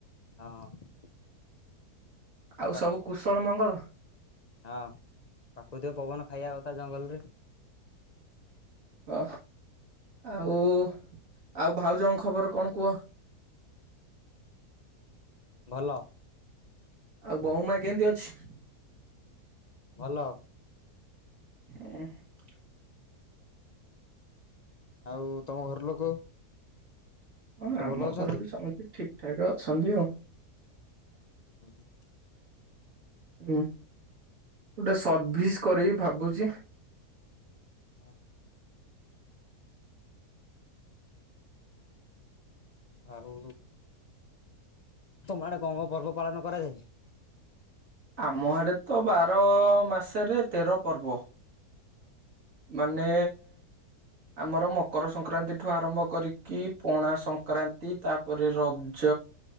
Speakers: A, on the left; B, on the right.
A: ହଁ।
B: ଆଉ
A: ପ୍ରା-
B: ସବୁ କୁଶଳ ମଙ୍ଗଳ?
A: ହଁ, ପ୍ରାକୃତିକ ପବନ ଖାଇବା କଥା ଜଙ୍ଗଲରେ।
B: ହଁ ଆଉ ଆଉ ଭାଉଜଙ୍କ ଖବର କଣ କୁହ?
A: ଭଲ।
B: ଆଉ ବୋଉମା କେନ୍ତି ଅଛି?
A: ଭଲ।
B: <unintelligible>
A: ଆଉ ତମ ଘର ଲୋକ?
B: ହଁ
A: ସବୁ
B: ଆମ
A: ଭଲ ଅଛନ୍ତି?
B: ଘର ବି ସମସ୍ତେ ଠିକ୍ ଠାକ୍ ଅଛନ୍ତି ଆଉ।
A: <unintelligible>
B: ହୁଁ, ଗୁଟେ ସର୍ଭିସ୍ କରିବି ଭାବୁଛି।
A: ହଁ। ଆଉ ତମ ଆଡେ କଣ କଣ ପର୍ବ ପାଳନ କରାଯାଏ?
B: ଆମ ଆଡେ ତ ବାର ମାସରେ ତେର ପର୍ବ। ମାନେ ଆମର ମକର ସଂକ୍ରାନ୍ତିଠୁ ଆରମ୍ଭ କରିକି ପଣା ସଂକ୍ ସଂକ୍ରାନ୍ତି ତାପରେ ରଜ